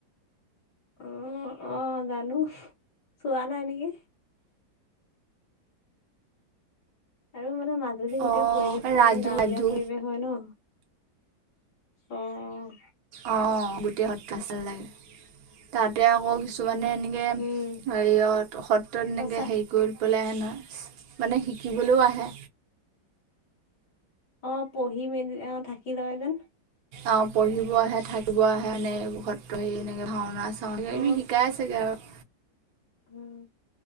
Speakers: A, on the left; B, on the right.
A: অ', অ', জানো। চোৱানাই নেকি? আৰু মানে মাজুলি গোটেই
B: অঁ
A: পৰিৱেশটোো
B: ৰাজু
A: তোমাৰ গাঁৱলীয়া
B: ৰাজু
A: পৰিৱেশ হয় ন? অ'।
B: অ', গোটেই সত্ৰ পাচাল লাগে তাতে আকৌ কিছু মানে এনেকে
A: উম
B: হেৰিয় সত্ৰত এনেকে
A: সঁচা
B: হেৰি কৰি পেলাই হেন মানে শিকিবলৈও আহে।
A: অ', পঢ়ি মেলি অ, থাকি লয় যেন।
B: অ', পঢ়িব আহে থাকিব আহে এনে সত্ৰ স এনেকে ভাওনা চাও
A: অ
B: এই শিকাই চাগে আৰু।
A: উম।